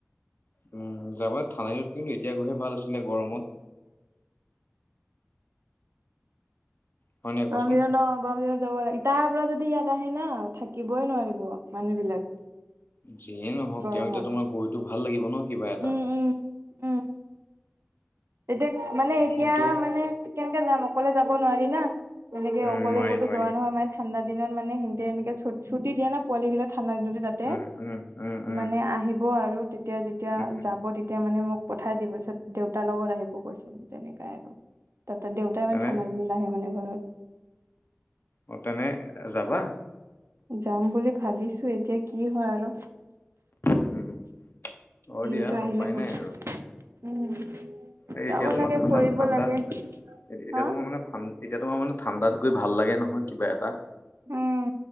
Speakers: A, on the left; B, on the right.
A: উম, যাবা ঠাণ্ড দিনত কিন্তু এতিয়া গৈহে ভাল আছিলে গৰমত। হয় নাই কোৱাচোন?
B: গৰম দিনত ন' গৰম দিনত যাব লাগে তাৰ পৰা যদি ইয়াত আহে ন' থাকিবই নোৱাৰিব, মানুহ বিলাক।
A: যিয়ে নহওক
B: গৰমত
A: এতিয়া তোমাৰ গৈতো ভাল লাগিব ন' কিবা এটা।
B: উম উম উম তেতিয়া, মানে এতিয়া
A: কিন্তু
B: মানে কেনে-কেনকে যাম অকলে যাব নোৱাৰি না। তেনেকে
A: উম
B: অকলে
A: নোৱাৰি
B: ক'তো
A: নোৱাৰি
B: যোৱা নহয় ইমান। ঠাণ্ডা দিনত মানে সিহতে এনেক ছু- ছুটি দিয়ে না পোৱালি ঠাণ্ডা দিনতে। যাতে,
A: উম উম উম উম
B: মানে আহিব আৰু তেতিয়া যেতিয়া
A: উম
B: যাব তেতিয়া মানে মোক পঠাই দিব ছত দেউতাৰ লগত আহিব কৈছিল, তেনেকাই। তাত দেউতাই
A: তেনে
B: মানে ঠাণ্ডা দিনত নাহে মানে ঘৰত।
A: অ', তেনে, যাবা।
B: যাম বুলি ভাবিছো এতিয়া কি হয় আৰু।
A: উম, অ,
B: দিনটো
A: দিয়া
B: আহিলে
A: উপায়
B: গম
A: নাই
B: পাম
A: আৰু।
B: উম,
A: এ
B: যাব
A: এতিয়া তোমাৰ
B: লাগে
A: ঠাণ্ডাত-ঠাণ্ডাত
B: ফুৰিব লাগে
A: এতিয়া
B: হা
A: তোমাৰ মানে শান্তি এতিয়া তোমাৰ মানে ঠাণ্ডাত গৈ ভাল লাগে নহয় কিবা এটা।
B: উম